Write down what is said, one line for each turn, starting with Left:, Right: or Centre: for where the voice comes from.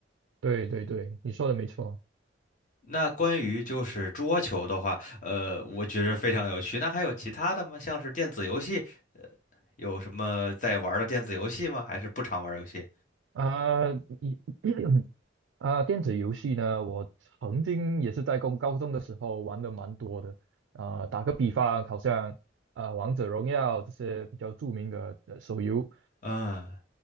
Right: 对对对，你说的没错
Left: 那关于就是桌球的话，呃，我觉得非常有趣。那还有其他的吗？像是电子游戏，有什么在玩的电子游戏吗？还是不常玩游戏？
Right: 啊，一 <clears throat> 啊、电子游戏呢，我曾经也是在高高中的时候玩的蛮多的啊、打个比方，好像。啊，呃王者荣耀这些比较著名的呃手游
Left: 嗯，